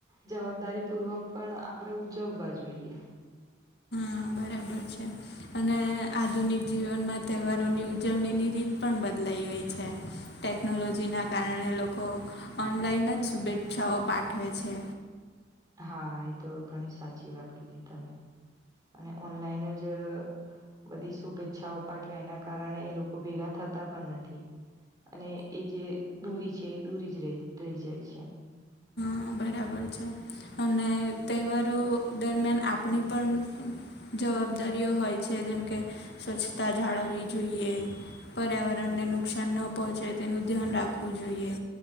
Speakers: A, on the right; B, on the left.
A: જવાબદારી પૂર્વક પણ આપણે ઉજવવા જોઈએ
B: હા બરાબર છે. અને આધુનિક જીવનમાં તહેવારોની ઉજવણીની રીત પણ બદલાઈ ગઈ છે. ટેકનોલોજીના કારણે લોકો ઓનલાઈન જ શુભેચ્છાઓ પાઠવે છે.
A: હા એ તો ઘણી સાચી વાત કીધી તમે અને ઓનલાઈન જ બધી શુભેચ્છાઓ પાઠવે એના કારણે એ લોકો ભેગા થતા પણ નથી. અને એ જે દૂરી છે એ દૂરી જ રે રહી જાય છે.
B: હા બરાબર છે. અને તહેવારો દરમિયાન આપણી પણ જવાબદારીઓ હોય છે. જેમ કે સ્વચ્છતા જાળવવી જોઈએ. પર્યાવરણને નુકસાન ન પહોંચે તેનું ધ્યાન રાખવું જોઈએ.